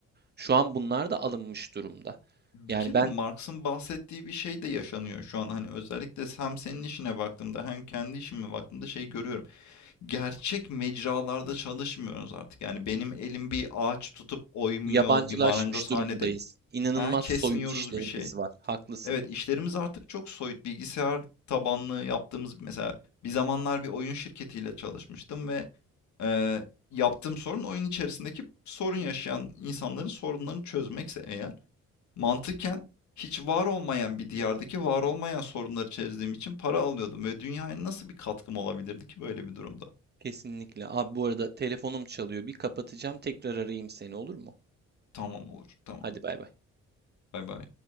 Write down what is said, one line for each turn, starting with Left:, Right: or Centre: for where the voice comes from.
Right: Şu an bunlar da alınmış durumda.
Left: Bir
Right: Yani
Left: kere
Right: ben
Left: Marx'ın bahsettiği bir şey de yaşanıyor şu an. Hani özellikle hem senin işine baktığımda hem kendi işime baktığımda şey görüyorum. Gerçek mecralarda çalışmıyoruz artık. Yani benim elim bir ağaç tutup oymuyor,
Right: yabancılaşmış
Left: bir marangozhanede
Right: durumdayız. İnanılmaz
Left: ha kesmiyoruz
Right: soyut işlerimiz
Left: bir şey.
Right: var. Haklısın.
Left: Evet işlerimiz artık çok soyut. Bilgisayar tabanlı yaptığımız mesela bir zamanlar bir oyun şirketiyle çalışmıştım ve e, yaptığım sorun oyun içerisindeki sorun yaşayan insanların sorunlarını çözmekse eğer Mantıken hiç var olmayan bir diyardaki var olmayan sorunları çözdüğüm için para alıyordum ve dünyaya nasıl bir katkım olabilirdi ki böyle bir durumda?
Right: Kesinlikle. Abi bu arada telefonum çalıyor. Bir kapatacağım. Tekrar arayayım seni olur mu?
Left: Tamam olur. Tamam.
Right: Hadi bay bay.
Left: Bay bay.